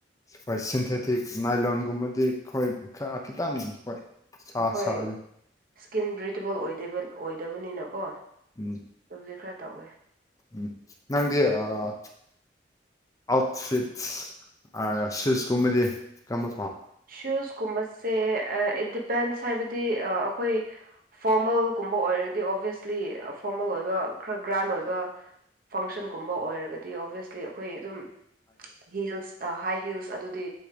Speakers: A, on the left; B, on the right.
A: ꯍꯣꯏ ꯁꯤꯟꯊꯦꯊꯤꯛ ꯅꯥꯏꯂꯣꯟꯒꯨꯝꯕꯗꯤ ꯑꯈꯣꯏ <unintelligible> ꯈꯤꯇꯪ ꯍꯣꯏ ꯆꯥ
B: ꯍꯣꯏ
A: ꯁꯥꯍꯜꯂꯦ
B: ꯏꯁꯀꯤꯟ ꯕ꯭ꯔꯤꯗꯦꯕꯜ ꯑꯣꯏꯗꯦꯕ ꯑꯣꯢꯗꯕꯅꯤꯅꯀꯣ ꯑꯗꯨꯕꯨꯗꯤ
A: ꯎꯝ
B: ꯈꯔ ꯇꯧꯋꯦ
A: ꯎꯝ ꯅꯪꯗꯤ
B: ꯑꯗꯨꯕꯨ
A: ꯑꯥ ꯑꯥꯎꯠꯐꯤꯠ ꯑ ꯁꯨꯁ ꯀꯨꯝꯕꯗꯤ ꯀꯝꯕ
B: ꯁꯨꯁ ꯀꯨꯝꯕꯁꯦ ꯑ ꯏꯗꯤꯄꯦꯟꯁ ꯍꯥꯏꯕꯗꯤ ꯑꯩꯈꯣꯏ ꯐꯣꯔꯃꯦꯜꯒꯨꯝꯕ ꯑꯣꯏꯔꯗꯤ ꯑꯣꯕ꯭ꯌꯁꯂꯤ ꯐꯣꯔꯃꯦꯜ ꯑꯣꯏꯕ ꯈꯔ ꯒ꯭ꯔꯥꯟ ꯑꯣꯏꯕ ꯐꯪꯁꯟꯒꯨꯝꯕ ꯑꯣꯏꯔꯒꯗꯤ ꯑꯣꯕ꯭ꯌꯁꯂꯤ ꯑꯈꯣꯏ ꯑꯗꯨꯝ ꯍꯤꯜꯁ ꯍꯥꯏ ꯍꯤꯜꯁ ꯑꯗꯨꯗꯤ